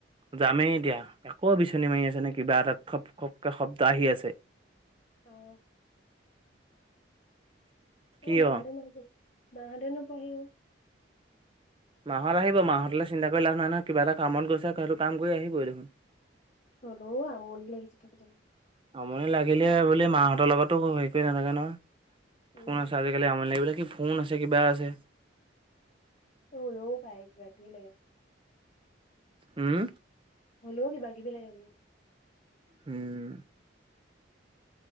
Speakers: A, on the right (about 30°); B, on the left (about 40°).
A: যামেই এতিয়া, আকৌ বিচনী মাৰি আছে নে, কিবা এটাত খপ খপকৈ শব্দ আহি আছে।
B: অহ
A: কিয়?
B: অ মা হতে মা নোপোৱাহি হ'ল।
A: মা হত আহিব, মাহঁতলৈ চিন্তা কৰি লাভ নাই নহয়, কিবা এটা কামত গৈছে সেইটো কাম কৰি আহিবই দেখোন।
B: হ'লেও আমনি লাগিছে থাকি থাকি।
A: আমনি লাগিলে বোলি মাহঁতৰ লগতো হেৰি কৰি নাথাকে নহয়,
B: উম,
A: ফোন আছে আজিকালি আমনি লাগিবলে কি ফোন আছে কিবা আছে।
B: অ লৌ পায় কিবা-কিবি লাগে্
A: উম
B: হ'লেও কিবা-কিবি লাগে বুলো।
A: হম